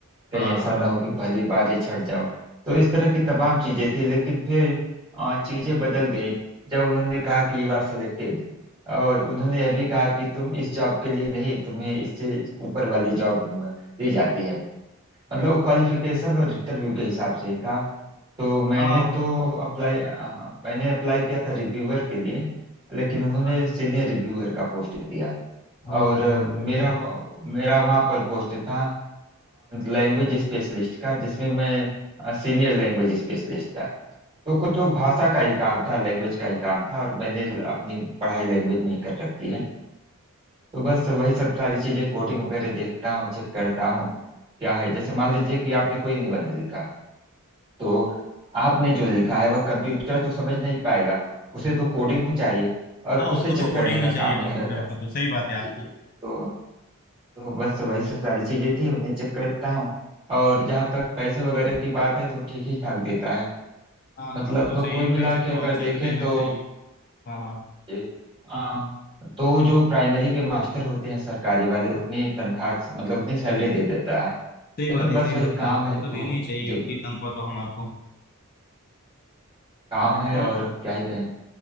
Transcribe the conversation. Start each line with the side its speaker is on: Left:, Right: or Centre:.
Right: कहीं
Left: हाँ
Right: ऐसा
Left: हाँ
Right: ना
Left: हाँ हाँ
Right: हो कि पहली बार ही छट जाओ तो इस तरह की तमाम चीजें थी लेकिन फिर अ, चीजें बदल गई जब उन्होंने कहा कि यू आर सेलेक्टेड और उन्होंने यह भी कहा कि तुम इस जॉब के लिए नहीं तुम्हें इससे ऊपर वाली जॉब दी जाती है मतलब वो क्वालिफिकेशन और इंटरव्यू के हिसाब से ही था तो मैंने
Left: हाँ वो
Right: तो
Left: तो
Right: अप्लाई मैंने अप्लाई किया था रिव्यूअर के लिए लेकिन उन्होंने
Left: हाँ
Right: सीनियर रिव्यूअर का पोस्ट दिया
Left: Okay
Right: और अ,
Left: okay
Right: मेरा
Left: okay
Right: व- मेरा वहाँ पर पोस्ट था लैंग्वेज स्पेशलिस्ट का जिसमें मैं सीनियर लैंग्वेज स्पेशलिस्ट था तो कुछ वो भाषा का ही काम था लैंग्वेज का ही काम था और मैंने ल- अपनी पढ़ाई लैंग्वेज में ही कर रखी है तो बस वही सब सारी चीजें कोडिंग वगैरह देखता हूँ चेक करता हूँ क्या है जैसे मान लीजिए कि आपने कोई निबंध लिखा तो आपने जो लिखा है वह कंप्यूटर तो समझ नहीं पाएगा उसे तो कोडिंग चाहिए और
Left: हाँ
Right: उसे
Left: उसको
Right: चेक
Left: तो कोडिंग
Right: करने का
Left: ही चाहिए
Right: काम मेरा
Left: कंप्यूटर
Right: था
Left: को तो सही
Right: जी,
Left: बात है आपकी
Right: जी। तो तो बस वही सब सारी चीजें थी उन्हें चेक करता हूँ और जहाँ तक पैसे वगैरह की बात है तो ठीक ही ठाक देता है
Left: हाँ हाँ
Right: मतलब
Left: वो तो सही
Right: कुल
Left: है पैसे
Right: मिला
Left: तो
Right: के अगर
Left: अच्छे
Right: देखें
Left: तो देना
Right: तो
Left: चाहिए हाँ हाँ
Right: जी हाँ तो जो प्राइमरी के मास्टर होते हैं सरकारी वाले उतनी तनख्वाह मतलब उतनी सैलरी दे देता है
Left: सही
Right: लेकिन
Left: बात
Right: बस
Left: है सही
Right: वही
Left: बात
Right: काम
Left: है आपकी
Right: है
Left: वो तो
Right: तो
Left: देनी ही चाहिए
Right: जी
Left: उतनी
Right: जी
Left: तनख्वाह तो हम आपको
Right: काम
Left: और
Right: है
Left: तो और
Right: और क्या ही कहें